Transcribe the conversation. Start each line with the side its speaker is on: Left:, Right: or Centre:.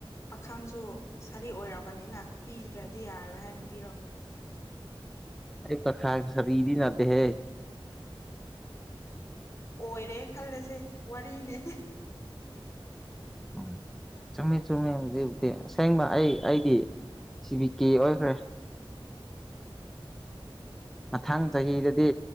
Left: ꯄꯥꯈꯪꯁꯨ ꯁꯥꯔꯤ ꯑꯣꯏꯔꯕꯅꯤꯅ ꯄꯤꯗ꯭ꯔꯗꯤ ꯌꯥꯔꯔꯣꯏ ꯍꯥꯏꯅ ꯄꯤꯔꯛꯄꯅꯤ
Centre: ꯑꯩ ꯄꯈꯪ ꯁꯔꯤꯗꯤ ꯅꯠꯇꯦ ꯍꯦ
Left: ꯑꯣꯏꯔꯦ ꯈꯜꯂꯁꯦ ꯋꯥꯔꯤꯅꯦ
Centre: ꯎꯝ ꯆꯨꯝꯃꯦ ꯆꯨꯝꯃꯦ ꯍꯧꯖꯤꯛꯇꯤ ꯑꯁꯦꯡꯕ ꯑꯩ ꯑꯩꯗꯤ ꯁꯤꯕꯤ ꯀꯦ ꯑꯣꯏꯈ꯭ꯔꯦ ꯃꯊꯥꯡ ꯆꯍꯤꯗꯗꯤ